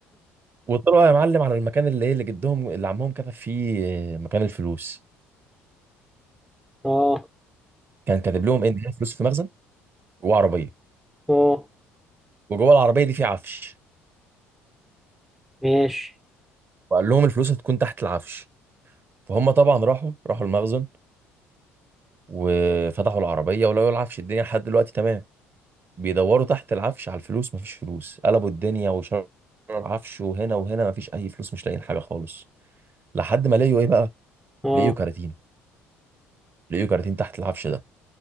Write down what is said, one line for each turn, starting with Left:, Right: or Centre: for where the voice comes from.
Right: وطلعوا يا معلم على المكان اللي ايه اللي جدهم اللي عمهم كتب فيه آه، مكان الفلوس
Centre: اه
Right: كان كاتب لهم إيه، ان هي فلوس في مخزن جوه عربيه
Centre: اه
Right: وجوه العربيه دي في عفش
Centre: ماشي
Right: وقال لهم الفلوس هتكون تحت العفش فهم طبعا راحوا راحوا المخزن وفتحوا العربيه ولقوا العفش الدنيا لحد دلوقتي تمام بيدوروا تحت العفش على الفلوس مفيش فلوس قلبوا الدنيا وشروا العفش وهنا وهنا مفيش اي فلوس مش لاقيين حاجه خالص لحد ما لقيوا ايه بقى
Centre: اه
Right: لقيوا كراتين لقيوا كراتين تحت العفش ده